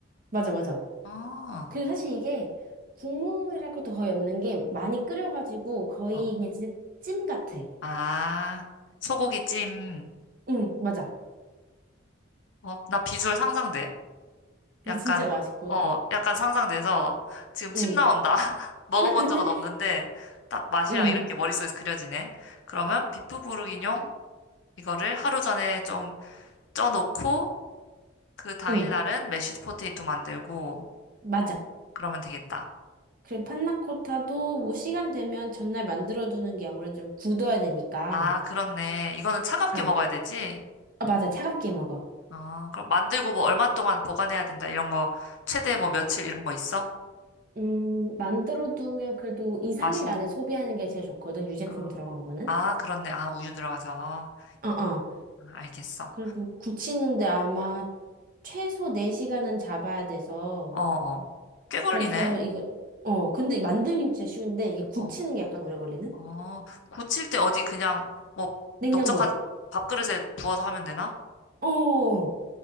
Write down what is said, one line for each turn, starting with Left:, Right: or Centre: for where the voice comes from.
Right: 맞아, 맞아.
Left: 어, 어,
Right: 그 사실 이게 국물이랄 것도 거의 없는 게 많이 끓여가지고 거의
Left: 어.
Right: 그냥 진짜 찜 같아.
Left: 아, 소고기 찜.
Right: 응, 맞아.
Left: 어, 나 비주얼 상상돼.
Right: 그게
Left: 약간,
Right: 진짜 맛있고.
Left: 어, 약간 상상돼서 지금
Right: 응,
Left: 침 나온다. <laughs> 먹어본
Right: <laughs>
Left: 적은 없는데 딱 맛이랑
Right: 응,
Left: 이런 게 머릿속에서 그려지네. 그러면 비프 부르기뇽 이거를 하루 전에 좀 쪄놓고 그 당일날은
Right: 응,
Left: 메쉬드 포테이토 만들고
Right: 맞아.
Left: 그러면 되겠다.
Right: 그리고 판나코타도 뭐 시간 되면 전날 만들어두는 게 아무래도 좀 굳어야 되니까.
Left: 아, 그렇네. 이거는 차갑게
Right: 아,
Left: 먹어야 되지?
Right: 아, 맞아. 차갑게 먹어.
Left: 아, 그럼 만들고 뭐 얼마 동안 보관해야 된다. 이런 거 최대 뭐 며칠 이런 거 있어?
Right: 음, 만들어두면 그래도 2, 3일
Left: 맛있는.
Right: 안에 소비하는 게 제일 좋거든. 유제품
Left: 아,
Right: 들어간 거는.
Left: 아, 그렇네. 아, 우유 들어가서.
Right: 어,
Left: 이-
Right: 어.
Left: 아, 알겠어.
Right: 그리고 굳히는데 아마 최소 4시간은 잡아야 돼서.
Left: 어, 꽤 걸리네.
Right: 그래서 이거, 어, 근데 만들긴 진짜 쉬운데 이게 굳히는
Left: 어,
Right: 게 약간 오래 걸리는?
Left: 어, 고칠 때 어디 그냥 뭐
Right: 냉장고.
Left: 넓적한 밥그릇에 부어서 하면 되나?
Right: 어,